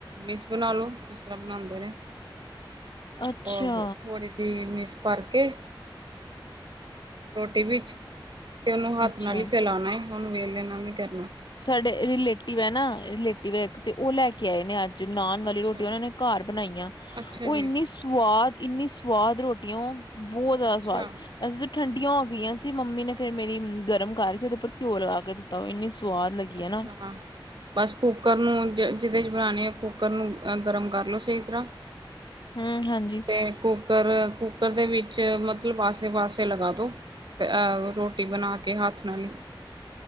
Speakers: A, on the right (about 60°); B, on the left (about 60°).
A: ਮਿਸ ਬਣਾ ਲਓ ਜਿਸ ਤਰ੍ਹਾਂ ਬਣਾਉਂਦੇ ਨੇ
B: ਅੱਛਾ
A: ਉਹ ਥੋੜੀ ਜਿਹੀ ਮਿਸ ਭਰਕੇ ਰੋਟੀ ਵਿੱਚ ਤੇ ਉਹਨੂੰ ਹੱਥ
B: ਅੱਛਾ
A: ਨਾਲ ਹੀ ਫੈਲਾਉਣਾ ਏ ਉਹਨੂ ਵੇਲ ਲੈਣਾ ਨੀ ਕਰ
B: ਸਾਡੇ ਰਿਲੇਟਿਵ ਹੈ ਨਾ ਰਿਲੇਟਿਵ ਹੈ ਇੱਕ ਤੇ ਉਹ ਲੈ ਕੇ ਆਏ ਨੇ ਅੱਜ ਨਾਨ ਵਾਲੀ
A: ਅੱਛਾ
B: ਰੋਟੀ ਉਹਨਾਂ ਨੇ ਘਰ ਬਣਾਈਆਂ
A: ਅੱਛਾ
B: ਉਹ
A: ਜੀ
B: ਇੰਨੀ ਸਵਾਦ ਇੰਨੀ ਸਵਾਦ ਰੋਟੀੀਆਂ ਉਹ ਬਹੁਤ ਜ਼ਿਆਦਾ
A: ਅੱਛਾ
B: ਸਵਾਦ ਵੈਸੇ ਤਾਂ ਠੰਡ ਟੀਆਂ ਹੋ ਗਈਆਂ ਸੀ ਮੰਮੀ ਨੇ ਫੇ ਮੇਰੀ ਗਰਮ ਕਰਕੇ ਉਹਦੇ ਉੱਪਰ ਘਿਓ ਲਗਾ ਕੇ ਦਿੱਤਾ ਉਹ ਇੰਨੀ ਸਵਾਦ ਲੱਗੀ
A: ਅੱਛਾ
B: ਹੈ ਨਾ
A: ਬਸ ਕੁੂੱਕਰ ਨੂੰ ਜ ਜਿਹਦੇ ਚ ਬਣਾਉਣੇ ਆ ਕੁੂੱਕਰ ਨੂੰਹ ਗਰਮ ਕਰ ਲਓ ਸਹੀ ਤਰ੍ਹਾਂ
B: ਹਮ ਹਾਂਜੀ
A: ਤੇ ਕੁ ਕੁਕਰ ਕੁੱਕਰ ਦੇ ਵਿੱਚ ਮਤਲਬ ਆਸੇ ਪਾਸੇ ਲਗਾ ਦੋ ਅਹ ਰੋਟੀ ਬਣਾ ਕੇ ਹੱਥ ਨਾਲ